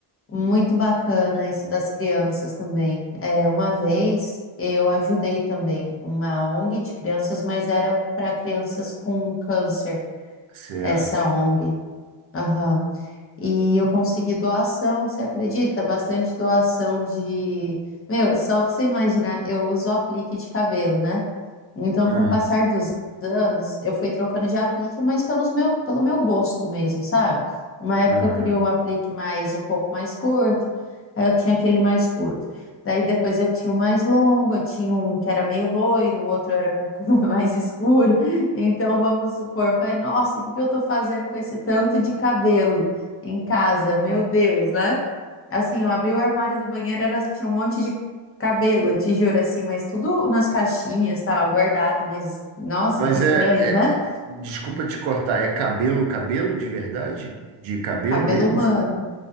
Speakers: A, on the left; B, on the right.
A: muito bacana isso das crianças também. É, uma vez eu ajudei também uma ONG de crianças, mas era para crianças com câncer,
B: Certo.
A: essa ONG. Aham. E eu consegui doação, você acredita? Bastante doação de. Meu, só pra você imaginar, eu uso aplique de cabelo, né? Então,
B: Ah,
A: com o passar dos anos, eu fui trocando de aplique, mas pelos meu, pelo meu gosto mesmo, sabe? Uma época
B: uhum.
A: eu queria o aplique mais um pouco mais curto, aí eu tinha aquele mais curto. Daí depois eu tinha o mais longo, eu tinha um que era meio loiro, o outro era com <laughs> mais escuro. Então, vamos supor, eu falei, nossa, o que que eu estou fazendo com esse tanto de cabelo em casa? Meu Deus, né? Assim, eu abri o armário do banheiro, era, tinha um monte de cabelo, te assim, mas tudo nas caixinhas, tal, guardado, mas, nossa,
B: Mas
A: que estranho,
B: é, é-
A: né?
B: é- desculpa te cortar, é cabelo, cabelo de verdade? De cabelo
A: Cabelo
B: mesmo,
A: humano.
B: assim?